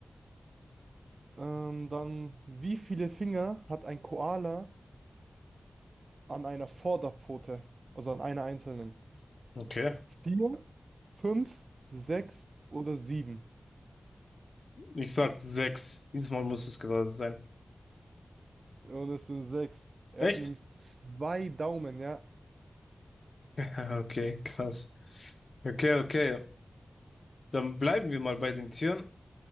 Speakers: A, on the right (about 65°); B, on the left (about 60°).
A: Ähm, dann, wie viele Finger hat ein Koala an einer Vorderpfote? Also an einer einzelnen?
B: Okay.
A: Vier, fünf, sechs oder sieben?
B: Ich sag sechs. Diesmal muss es gerade sein.
A: Und es sind sechs. Er
B: Echt?
A: hat nämlich zwei Daumen, ja.
B: <laughs> Okay, krass. Okay, okay. Dann bleiben wir mal bei den Tieren.